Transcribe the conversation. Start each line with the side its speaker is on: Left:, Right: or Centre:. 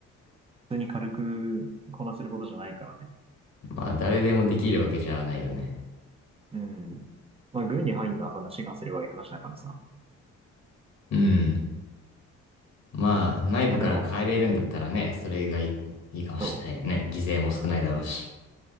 Right: 普通に軽くこなせることじゃないからね。
Left: まあ、誰でもできるわけじゃないよね。
Right: うん。まあ、軍に入るのはそんな志願すればいい話だからさ。
Left: うん。まあ、内部から変えれるんだったらね、
Right: まあでも、
Left: それがいい、いいかもしれないね。
Right: そう。
Left: 犠牲も少ないだろうし。